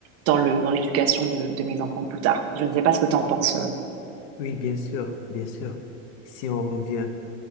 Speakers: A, on the right; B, on the left.
A: dans le, dans l'éducation de, de mes enfants plus tard. Je ne sais pas ce que tu en penses. euh.
B: Oui, bien sûr, bien sûr. Si on revient,